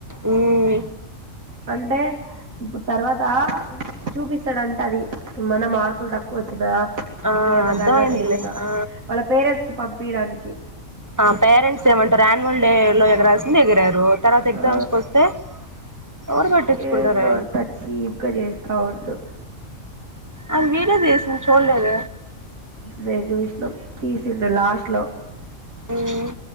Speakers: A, on the right; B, on the right.
A: మ్మ్
B: అంటే ఇప్పుడు తర్వాత చూపిస్తాడంట అది ఏమన్నా మార్కులు తక్కువ వచ్చినా
A: ఆ
B: ఇంకేమ
A: అర్థమైందిలే
B: అల్లరి చేసినా
A: ఆ
B: వాళ్ళ పేరెంట్స్ కి పంప్ పీడానికి
A: ఆ పేరెంట్స్ ఏమంటారు యాన్వల్ డే లో ఎగరాల్సింది ఎగరారు తర్వాత ఎగ్జామ్స్కి
B: ఆ
A: వస్తే ఎవరు పట్టించుకుంటారు
B: ఏందో అంత చీప్ గా చేస్తా ఉండు
A: అ వీడ తీస చుల్లేద
B: నేను విషణం తీసిండు లాస్ట్ లో
A: మ్మ్